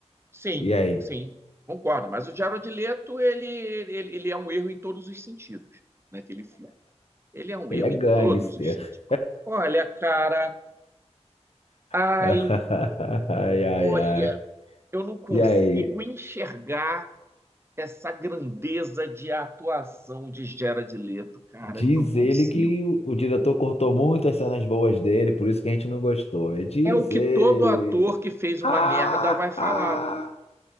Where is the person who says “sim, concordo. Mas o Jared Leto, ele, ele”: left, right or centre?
Right